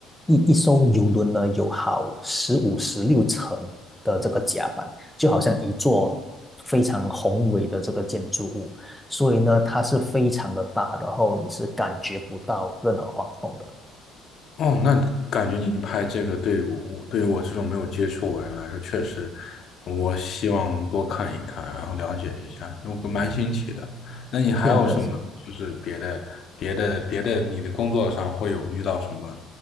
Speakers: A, in the centre; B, on the left (about 55°).
A: 一一艘游轮呢有好十五、十六层的这个甲板，就好像一座非常宏伟的这个建筑物，所以呢它是非常的大，然后你是感觉不到任何晃动的，
B: 哦，那感觉你拍这个对于我，对于我这种没有接触过的人来说，确实，我希望多看一看，然后了解一下，我蛮新奇的。那你还有什么，
A: 是的，是。
B: 就是别的、别的、别的，你的工作上会有遇到什么